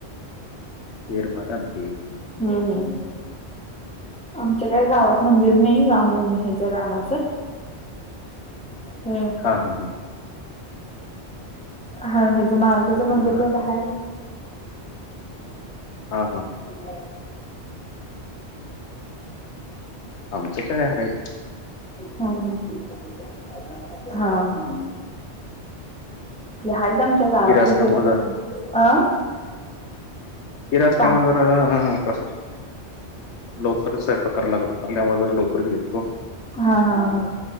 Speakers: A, on the left (about 80°); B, in the centre.
A: खीर, भातं, आमटी
B: हम्म ह. आमच्या काही गावात मंदिर नाही, रामनवमी ह्याच्या रामाच हो
A: हा हा हा
B: हा, ह्याच मारुतीच मंदिर
A: बरं
B: तेवढं हाय.
A: हा हा
B: बर.
A: आमचं काय हाय
B: हम्म हं, हा हायत आमच्या गावातली
A: खीर असल्यामुळं
B: गेल्यात
A: जरा
B: <inaudible> अं
A: खीर असल्यामुळं
B: काम
A: जरा हा हा, <unintelligible> लवकरच स्वयंपाक करायला लागत होता त्यामुळे जरा लवकरच गेलतो.
B: हा हा हा